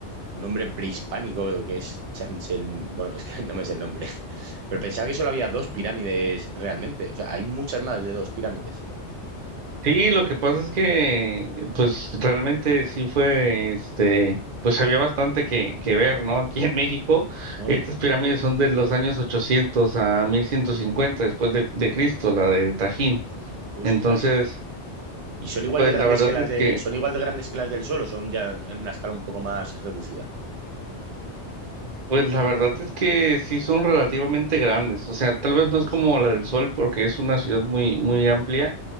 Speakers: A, on the right (about 75°); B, on the right (about 45°).
A: un nombre prehispánico, que es Chanchel, bueno, es que <laughs> no me sé el nombre, <laughs> pero pensaba que solo había dos pirámides realmente, o sea, hay muchas más de dos pirámides.
B: Sí, lo que pasa es que, pues, realmente sí fue, este, pues había bastante que, que ver, ¿no? Aquí en México,
A: Mundo,
B: estas pirámides son de los años 800 a 1150 después de, de Cristo, la del Tajín.
A: ostras.
B: Entonces,
A: ¿Y son igual
B: pues
A: de grandes
B: la verdad
A: que las
B: es
A: de,
B: que,
A: son igual de grandes que las del Sol o son ya en una escala un poco más reducida?
B: pues la verdad es que sí son relativamente grandes. O sea, tal vez no es como
A: Ostras.
B: la del Sol porque es una ciudad muy, muy amplia